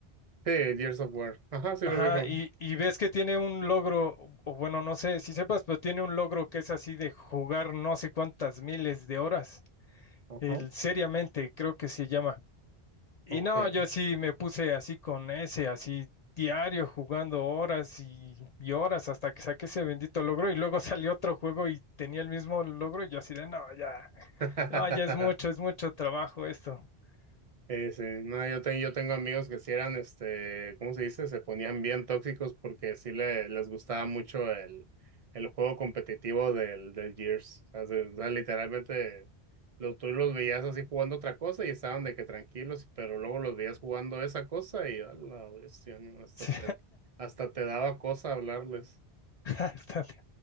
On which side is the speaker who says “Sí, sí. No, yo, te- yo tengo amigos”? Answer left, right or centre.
Right